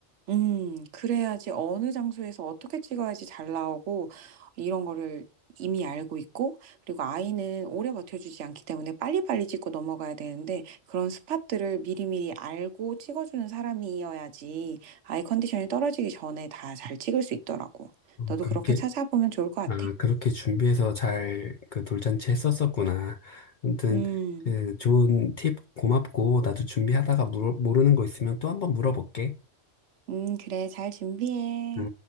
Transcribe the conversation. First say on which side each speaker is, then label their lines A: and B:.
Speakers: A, on the right; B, on the left.
A: 음. 그래야지 어느 장소에서 어떻게 찍어야지 잘 나오고 이런 거를 이미 알고 있고 그리고 아이는 오래 버텨주지 않기 때문에 빨리빨리 찍고 넘어가야 되는데 그런 스팟들을 미리미리 알고 찍어주는 사람이어야지 아이 컨디션이 떨어지기 전에 다 잘 찍을 수 있더라고.
B: 어,
A: 너도
B: 그렇게
A: 그렇게 찾아보면 좋을 것 같아.
B: 아, 그렇게 준비해서 잘 그 돌잔치 했었었구나. 아무튼
A: 음.
B: 그 좋은 팁 고맙고 나도 준비하다가 물어, 모르는 거 있으면 또 한번 물어볼게.
A: 음, 그래. 잘 준비해.
B: 응?